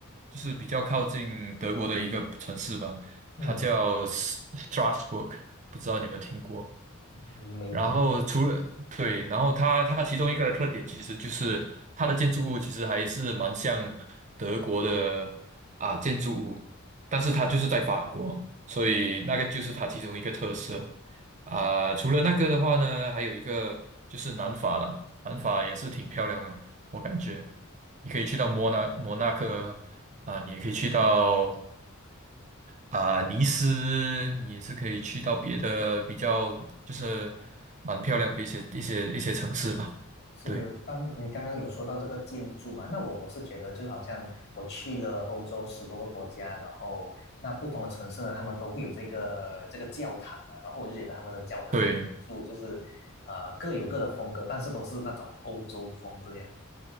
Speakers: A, on the right; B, on the left.
A: 就是比较靠近德国的一个城市吧，
B: 嗯，
A: 它叫 Strasbourg，不知道你有没有听过？
B: 没听过。
A: 然后除了对，然后它它其中一个特点其实就是它的建筑物其实还是蛮像德国的啊建筑物，但是它就是在法国，所以那个就是它其中一个特色啊。除了那个的话呢，还有一个就是南法了，南法也是挺漂亮的，我感觉你可以去到摩纳摩纳哥啊，你也可以去到啊、尼斯你也是可以去到别的比较就是蛮漂亮的一些一些一些城市吧。
B: 是，
A: 对
B: 当你刚刚有说到这个建筑嘛，那我我是觉得就是好像我去了欧洲十多个国家，然后那不同的城市呢，他们都会有这个这个教堂嘛，然后我就觉得他们的教堂的建筑就是呃各有各的风格，
A: 对。
B: 但是都是那种欧洲风这样。